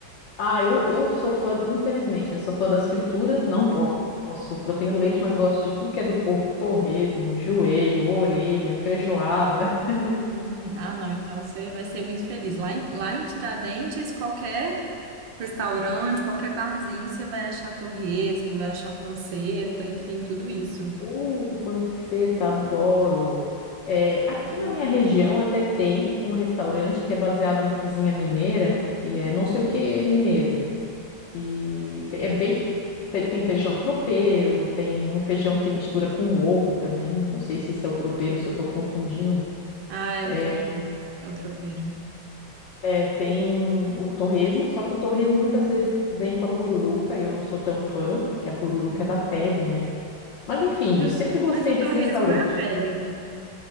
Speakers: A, on the left; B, on the right.
A: Ah, eu, eu sou fã, infelizmente, né? Sou fã das frituras, não po- posso proteína do leite, mas gosto de tudo que é do porco, torresmo, joelho, orelha, feijoada. <laughs>
B: Hum, ah, não, então você vai ser muito feliz. Lá em, lá em Tiradentes, qualquer restaurante, qualquer barzinho, você vai achar torresmo, vai achar panceta, enfim, tudo isso.
A: Uh, panceta, adoro. É, aqui
B: Sim.
A: na minha região até tem um restaurante que é baseado na cozinha mineira, que é não sei o que mineiro. E te- é bem. te- Tem feijão tropeiro, tem um feijão que mistura com ovo também. Não sei se esse é o tropeiro, se eu estou confundindo.
B: Ah, é
A: É,
B: o tropeiro. É o tropeiro.
A: é, tem o torresmo, só que o torresmo muitas vezes vem com a pururuca e eu não sou tão fã, porque a pururuca
B: Uhum.
A: é da pele, né? Mas enfim,
B: Mas, o,
A: eu sempre gostei
B: mas o
A: desse
B: torresmo
A: restaurante.
B: é a pele.